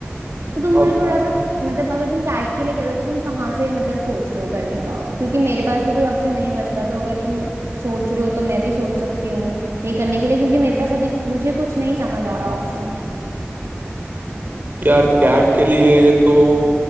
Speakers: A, on the right; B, on the right.
A: तो तुम
B: अब
A: मुझे थोड़ा सा मतलब अगर तुम कैट के लिए करो तो तुम कहाँ से मतलब सोच रहे हो करने का क्योंकि मेरे पास भी कोई ऑप्शन नहीं बचता तो अगर तुम सोच रहे हो तो मैं भी सोच सकती हूँ ये करने के लिए क्योंकि मेरे पास अभी मुझे कुछ नहीं समझ आ रहा ऑप्शन
B: यार कैट के लिए तो